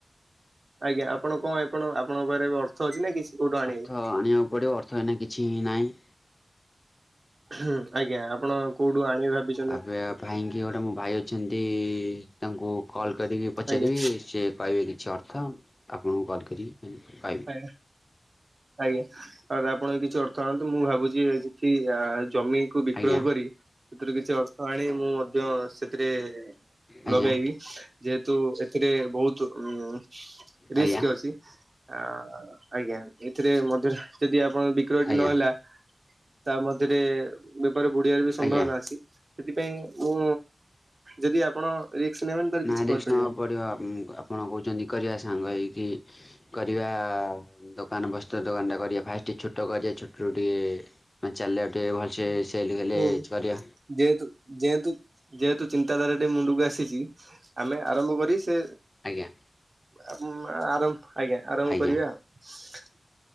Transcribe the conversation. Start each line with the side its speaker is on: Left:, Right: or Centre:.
Right: ଆଜ୍ଞା ଆପଣ କଣ ଏପଣ ଆପଣଙ୍କ ପାରେ ଅର୍ଥ ଅଛି ନା କିଛି କୋଉଠୁ ଆଣିବେ
Left: ଅର୍ଥ ଆଣିବାକୁ ପଡିବ ଅର୍ଥ ହେଇନା କିଛି ନହିଁ।
Right: ହୁଁ ଆଜ୍ଞା ଆପଣ କୋଉଠୁ ଆଣିବେ ଭାବିଛ
Left: ଭାବିବା ପାଇଁକି ଗୋଟେ ମୋ ଭାଇ ଅଛନ୍ତି ତାଙ୍କୁ କଲ୍ କରିକି ପଚାରିବି
Right: ଆଜ୍ଞା
Left: ସେ କହିବେ କିଛି ଅର୍ଥ ଆପଣଙ୍କୁ କଲ୍ କରିକିକହିବି।
Right: ଆଜ୍ଞା ଆଜ୍ଞା ଆପଣ କିଛି ଅର୍ଥ ଆଣନ୍ତୁ ମୁଁ ଭାବୁଛି କି ଆ ଜମିକୁୁ ବିକ୍ରୟ
Left: ଆଜ୍ଞା
Right: କରି ସେଥିରୁ କିଛି ଅର୍ ତ ଆଣି ମୁଁ ମଧ୍ୟ ସେଥିରେ
Left: ଆଜ୍ଞା
Right: ଲଗେଇବି ଯେହେତୁ ଏ ଏଥିରେ ବହୁତ୍ ଉ ରିସ୍କ
Left: ଆଜ୍ଞା
Right: ଅଛି। ଆ ଆଜ୍ଞା ଏଥିରେ ମଧ୍ୟରେ ଯଦି ଆ ଆପଣଙ୍କ ବିକ୍ରୟଟି
Left: ଆଜ୍ଞା
Right: ନହେଲା ତାମଧ୍ୟରେ ବେପାର ବୁଢିବାରବି ସମ୍ଭାବନା
Left: ଆଜ୍ଞା
Right: ଅଛି। ସେଥିପାଇଁ ମୁଁ ଯଦି ଆପଣ ରିକ୍ସ ନେବେନି ତାହେଲେ
Left: ନା
Right: କିଛି
Left: ରିକ୍ସ
Right: କରିପାରିବେନି।
Left: <unintelligible> ଆପଣ କହୁଛନ୍ତି କରିବା ସାଙ୍ଗ ହେଇକି କରିବା ଦ ଦୋକାନ ବସ୍ତ୍ର ଦୋକାନଟା ଫାଷ୍ଟ ଟିକେ ଛୋଟ କରିବା ଛୋଟରୁ ଟିକେ ମାନେ ଚାଲିବା ଟିକେ ଭଲସେ ସେଲ୍ ହେଲେ
Right: ହୁଁ
Left: କରିବା
Right: ଯେହେତୁ ଯେହେତୁ ଯେହେତୁ ଚିନ୍ତାଧାରାଟି ମୁଣ୍ଡକୁଆସିଛି। ଆମେ ଆରମ୍ଭକରି ସେ
Left: ଆଜ୍ଞା।
Right: ଆପ ଆରମ୍ ଆଜ୍ଞା ଆରମ୍ଭ
Left: ଆଜ୍ଞା
Right: କରିବା ଆଉ। ହୁଁ